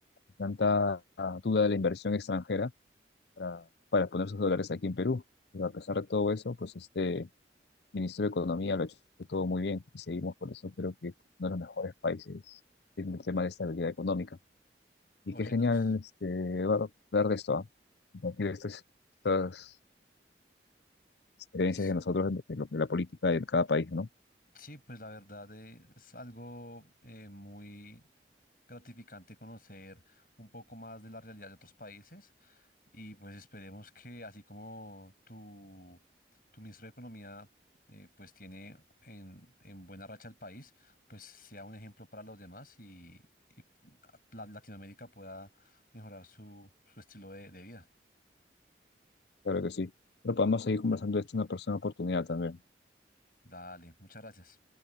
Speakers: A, on the left; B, on the left.
A: tanta ah, duda de la inversión extranjera para, para poner sus dólares aquí en Perú. Pero a pesar de todo eso, pues este ministro de Economía lo ha hecho todo muy bien y seguimos por eso, creo que es uno de los mejores países en el tema de estabilidad económica.
B: Oye,
A: Y qué genial
B: nos,
A: este, Eduardo, hablar de esto, ¿ah? compartir estas, estas creencias
B: s-
A: de nosotros, de, lo- de la política de cada país, ¿no?
B: sí, pues la verdad eh, es algo eh, muy gratificante conocer un poco más de la realidad de otros países. Y pues esperemos que así como tu, tu ministro de Economía eh, pues tiene en, en buena racha el país, pues sea un ejemplo para los demás y, y la- Latinoamérica pueda mejorar su, su estilo de de vida.
A: Claro que sí. Pero podemos seguir conversando de esto en una próxima oportunidad también.
B: Dale, muchas gracias.